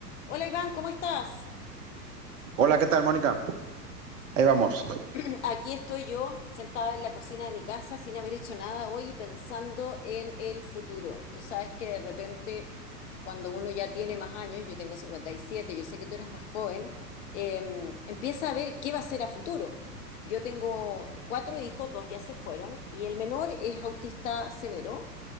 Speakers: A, on the left (about 45°); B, on the right (about 50°).
A: Hola Iván, ¿cómo estás?
B: Hola, ¿qué tal, Mónica? Ahí vamos.
A: Yo- <clears throat> Aquí estoy yo, sentada en la cocina de mi casa sin haber hecho nada hoy y pensando en el futuro. Tú sabes que de repente, cuando uno ya tiene más años, yo tengo 57, yo sé que tú eres más joven, eh, empieza a ver qué va a ser a futuro. Yo tengo cuatro hijos, dos ya se fueron, y el menor es autista severo.